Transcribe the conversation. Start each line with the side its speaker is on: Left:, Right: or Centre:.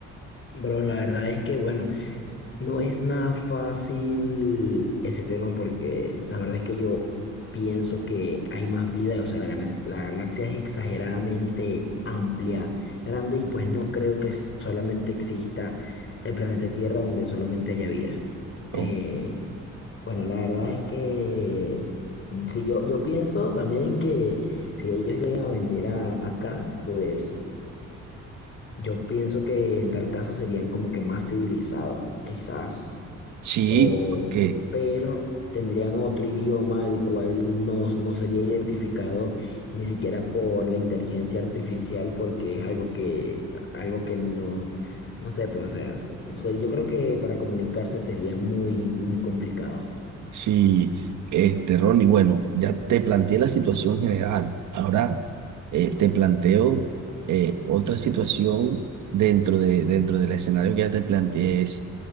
Left: Bro, la verdad es que, bueno, No es nada fácil ese tema porque la verdad es que yo pienso que hay más vida, o sea, la, galax- la galaxia es exageradamente amplia, grande y pues no creo que s- solamente exista el planeta Tierra donde solamente haya vida. Eh,
Right: ¿no?
Left: bueno, la verdad es que si yo, yo pienso también que si ellos llegan a venir a, acá, pues yo pienso que en tal caso serían como que más civilizados, quizás
Right: Sí,
Left: o,
Right: Ok,
Left: pero tendrían otro idioma el cual no, no sería identificado ni siquiera por la inteligencia artificial porque es algo que, algo que no, no sé, pues, o sea, se- yo creo que para comunicarse sería muy, muy complicado.
Right: Sí, este, Ronnie, bueno, ya te planteé la situación general. Ahora eh, te planteo eh, otra situación dentro de, dentro del escenario que ya te planteé es